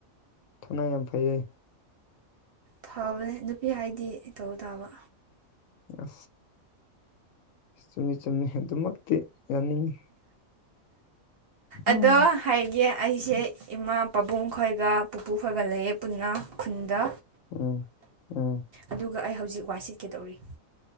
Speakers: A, on the left; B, on the right.
A: ꯊꯧꯅ ꯌꯥꯝ ꯐꯩꯌꯦ
B: ꯐꯕꯅꯦ ꯅꯨꯄꯤ ꯍꯥꯏꯗꯤ ꯇꯧ ꯇꯥꯕ
A: ꯑ ꯆꯨꯝꯃꯤ ꯆꯨꯝꯃꯤ ꯑꯗꯨꯃꯛꯇꯤ ꯌꯥꯅꯤꯡꯉꯤ ꯎꯝ
B: ꯑꯗꯣ ꯍꯥꯏꯒꯦ ꯑꯩꯁꯦ ꯏꯃꯥ ꯄꯥꯕꯨꯡ ꯈꯣꯏꯒ ꯄꯨꯄꯨ ꯈꯣꯏꯒ ꯂꯩꯌꯦ ꯄꯨꯟꯅ ꯈꯨꯟꯗ
A: ꯎꯝ ꯎꯝ
B: ꯑꯗꯨꯒ ꯑꯩ ꯍꯧꯖꯤꯛ ꯋꯥꯏ ꯁꯤꯠꯀꯦ ꯇꯧꯔꯤ